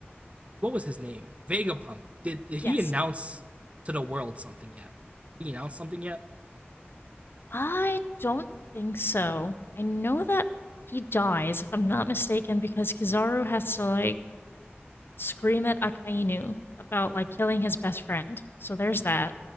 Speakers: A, on the right (about 30°); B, on the left (about 60°).
A: what was his name? Vegapunk. Did did
B: Yes.
A: he announce to the world something yet? Did he announce something yet?
B: I don't think so. I know that he dies, if I'm not mistaken, because Kizaru has to, like, scream at Akainu about, like, killing his best friend. So there's that.